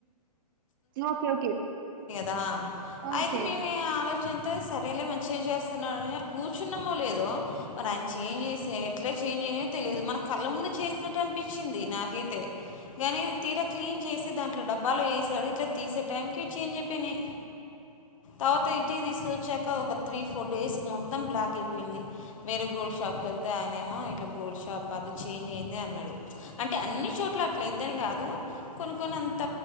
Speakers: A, on the right; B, on the left.
A: ఓకే ఓకే
B: దా
A: ఓకే
B: అయితే మేమే ఆలోచన అ సరేలే మంచిగా చేస్తున్నాడుని కూర్చున్నమో లేదు మనంచి ఏం చేసే ఇట్ చంజయి తెలిదు మన కళ్ళ ముందు చేసినట్టు అనిపించింది నాకైతే కానీ తీరా క్లీన్ చేసి దాంట్లో డబ్బాలు వేసాడు ఇట్లా తీసే టైంకి ఇ చేం అయిపోయినాయి తర్వాత ఇటీ తీసుక వచ్చాక ఒక త్రీ ఫోర్ డేస్ మొత్తం బ్లాక్ అయిపోయింది వేరే గోల్డ్ షాకి వెళ్తే ఆయననేమో ఇట్లా గోల్డ్ షాప్ అది చేంజ్ అయింది అన్నాడు అంటే అన్ని చోట్ల అట్లాద్దని కాదు కొను కొని అంత